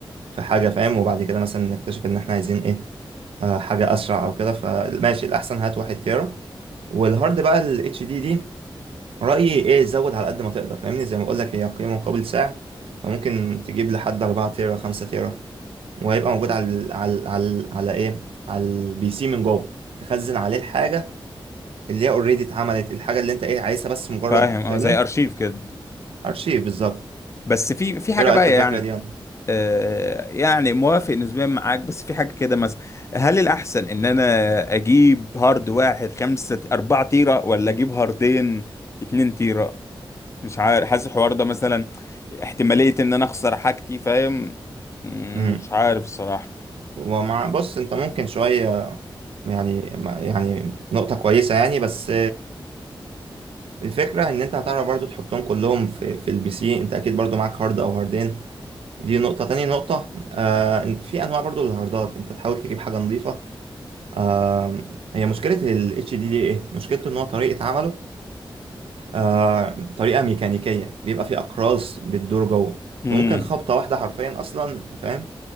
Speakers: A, on the right (about 85°); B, on the left (about 30°).
A: في حاجه فاهم وبعد كده مثلا نكتشف ان احنا عايزين ايه آه، حاجة أسرع أو كده فماشي الأحسن هات واحد تيرا والهارد بقى ال اتش دي دي رأيي إيه زود على قد ما تقدر فاهمني زي ما بقولك هي قيمة مقابل سعر فممكن تجيب لحد 4 تيرا 5 تيرا وهيبقى موجود على ال على ال على, ال على إيه على البي سي من جوه تخزن عليه الحاجة اللي هي أوريدي اتعملت الحاجة اللي أنت إيه عايزها بس مجرد
B: فاهم
A: فاهمني
B: اه زي ارشيف كده
A: أرشيف بالظبط
B: بس في في حاجة
A: إيه رأيك
B: بقى
A: في
B: يعني
A: الفكرة دي يعني؟
B: آه، يعني موافق نسبيا معاك بس في حاجة كده مثلا هل الأحسن إن أنا أجيب هارد واحد خمسة أربعة تيرة ولا أجيب هاردين اتنين تيرة مش عارف حاسس الحوار ده مثلا احتمالية إن أنا أخسر حاجتي فاهم مم،
A: مم.
B: مش عارف الصراحة
A: ومع بص أنت ممكن شوية يعني يعني نقطة كويسة يعني بس الفكرة ان انت هتعرف برضو تحطهم كلهم في, في البي سي انت اكيد برضو معاك هارد او هاردين دي نقطة تاني نقطة آه إن في انواع برضو للهاردات انت تحاول تجيب حاجة نظيفة آه هي مشكلة ال HDD ايه مشكلته ان هو طريقة عمله آه طريقة ميكانيكية بيبقى فيه اقراص بتدور جوه
B: امم
A: فممكن خبطة واحدة حرفيا اصلا فاهم